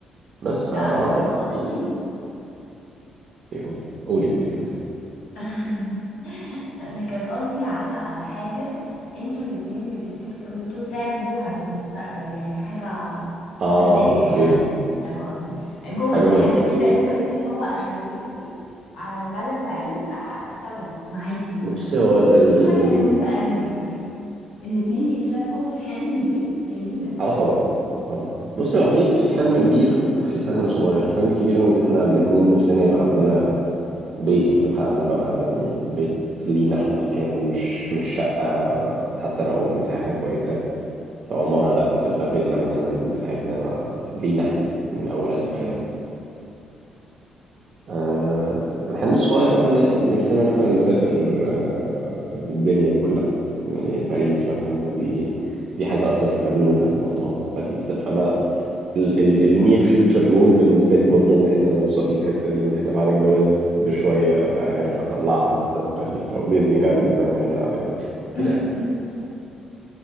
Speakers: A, on the right (about 55°); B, on the left (about 85°).
A: بس فا
B: لا انا
A: اه
B: كان
A: طبعا
B: قصدي
A: دي قولي قولي قولي كمان
B: <laughs> انا كان قصدي على حاجة انتوا الاتنين بتتفقوا ان انتوا تعملوها في المستقبل يعني حاجة
A: اه
B: مادية
A: اوكي
B: يعني فاهم قصدي
A: حاجة
B: جول حاجة
A: مادية
B: كده انتوا الاتنين هو انا نفسي على المدى البعيد احقق كذا معاكي مثلا
A: بصي هو ال
B: قصدي
A: ال ال
B: حاجة لذيذة قوي يعني الاتنين يتشاركوا في حلم دي جميلة
A: اه طبعا طبعا بصي هو في في حلم كبير وفي حلم صغير الحلم الكبير ان احنا الاتنين نفسنا يبقى عندنا بيت بتاعنا بقى يعني بيت لينا احنا كامل مش مش شقة حتى لو مساحتها كويسة في عمارة لا تبقى فيلا مثلا بتاعتنا لينا احنا من اولها لاخرها
B: مم.
A: آه الحلم الصغير بقى ان نفسنا مثلا نسافر آه الدنيا كلها يعني باريس مثلا دي دي حاجة أصلا هي مجنونة بموضوع باريس ده فأنا النير فيوتشر جول بالنسبة لي برضو إن إحنا نوصل للحتة دي إن إحنا بعد الجواز بشوية أبقى عارف أطلعها مثلا باريس أو ديزني لاند زي ما هي عايزة
B: <laughs>
A: كده يعني